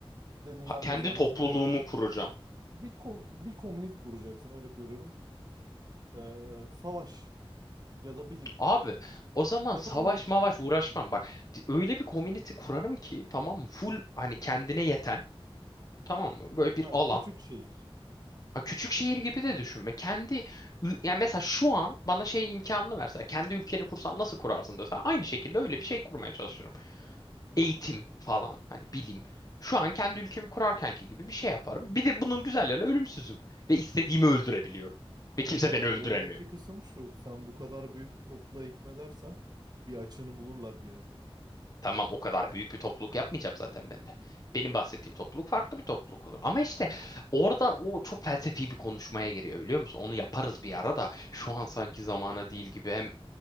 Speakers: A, on the right; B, on the left.
A: Dedin yalnız
B: ha, kendi
A: yalnız
B: topluluğumu
A: nereye kadar?
B: kuracağım.
A: Bir kom- bir community kuracaksın örnek veriyorum. Ee, savaş ya da bilim
B: Abi o zaman
A: ya
B: savaş
A: da oyun
B: mavaş uğraşmam.
A: örnek veriyorum.
B: Bak di- öyle bir community kurarım ki tamam mı? Full hani kendine yeten tamam mı? Böyle bir
A: Ha,
B: alan.
A: küçük şehir.
B: Ha, küçük şehir gibi de düşünme. Kendi ü- yani mesela şu an bana şey imkanını verse kendi ülkeni kursan nasıl kurarsın dese aynı şekilde öyle bir şey kurmaya çalışırım. Eğitim falan hani bilim. Şu an kendi ülkemi kurarkenki gibi bir şey yaparım. Bir de bunun güzellerine ölümsüzüm ve istediğimi öldürebiliyorum. Ve kimse
A: Ama
B: beni
A: oradaki
B: öldüremiyor.
A: kısım şu. Sen bu kadar büyük bir topluğa hükmedersen bir açığını bulurlar bir yerde.
B: Tamam o kadar büyük bir topluluk yapmayacağım zaten ben de. Benim bahsettiğim topluluk farklı bir topluluk olur. Ama işte orada o çok felsefi bir konuşmaya giriyor biliyor musun? Onu yaparız bir ara da şu an sanki zamana değil gibi. Hem